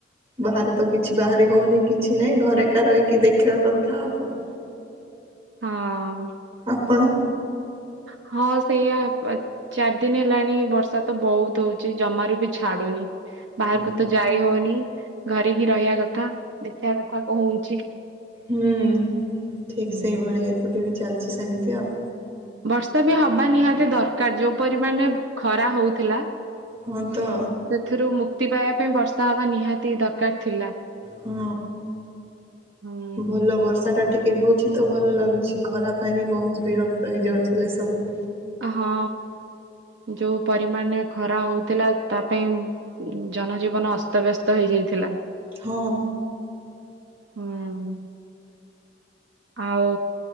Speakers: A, on the right; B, on the right.
A: ବାହାରେ ତ କିଛି ବାହାରି ହଉନି କିଛି ନା ହିଁ ଘରେକା ରହିକି ଦେଖିବା କଥା ଆଉ କଣ?
B: ହଁ।
A: ଆପଣ?
B: ହଁ ସେଇଆ। ଚାରି ଦିନ ହେଲାଣି ବର୍ଷା ତ ବହୁତ ହଉଚି ଜମାରୁ ବି ଛାଡୁନି। ବାହାରକୁ
A: ହଁ
B: ତ ଯାଇ ହଉନି ଘରେ ହିଁ ରହିବା କଥା ଦେଖିବା କଥା କନ ହଉଛି।
A: ହୁଁ ଠିକ
B: ହୁଁ
A: ସେଇଭଳି ଏପଟେ ବି ଚାଲିଛି ସେମିତି ଆଉ।
B: ବର୍ଷା ବି ହବା ନିହାତି ଦରକାର ଯୋଉ ପରିମାଣରେ ଖରା ହଉଥିଲା।
A: ହଁ ତ।
B: ସେଥିରୁ ମୁକ୍ତି ପାଇବା ପାଇଁ ବର୍ଷା ହବା ନିହାତି ଦରକାର। ଥିଲା।
A: ହଁ
B: ହୁଁ।
A: ଭଲ ବର୍ଷା ଟା ଟିକ କେ ହଉଛି ତ ଭଲ ଲାଗୁଛି ଖରା ପାଇଁ ବି ବହୁତ ବିରକ୍ତ ହେଇଯାଉଥିଲେ ସବୁ।
B: ହଁ ଯୋଉ ପରିମାଣ ରେ ଖରା ହଉଥିଲା ତା ପାଇଁ। ଉଁ ଜନ ଜୀବନ ଅସ୍ତ ବ୍ୟସ୍ତ ହେଇ ଯାଇଥିଲା।
A: ହଁ।
B: ହୁଁ ଆଉ